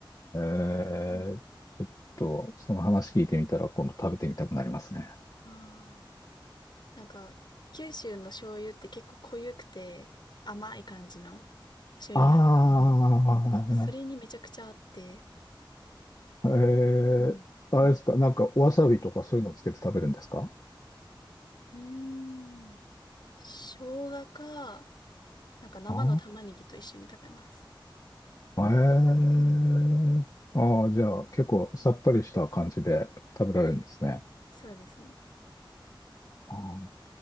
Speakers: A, on the left; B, on the left.
A: えー、
B: うん
A: ちょっと、その話聞いてみたら、今度食べてみたくなりますね。
B: ああ、なんか、九州の醤油って結構濃ゆくて甘い感じの醤油なんですけど、
A: あ
B: それにめちゃくちゃあって、
A: あ、えー、
B: うん
A: あれですか、なんか、わさびとかそういうのつけて食べるんですか
B: うーん生姜か、なんか生の玉ねぎと一緒に食べます。
A: ああ、ええああ、
B: うん。
A: じゃあ、結構さっぱりした感じで食べられるんですね。
B: はい。そうですね。
A: あー